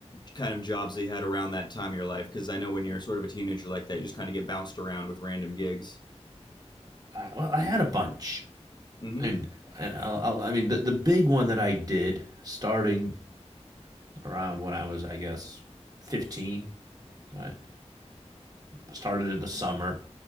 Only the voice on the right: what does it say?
I, well, I had a bunch,
and, and I'll, I'll, I mean the the big one that I did starting around when I was I guess fifteen, right? started in the summer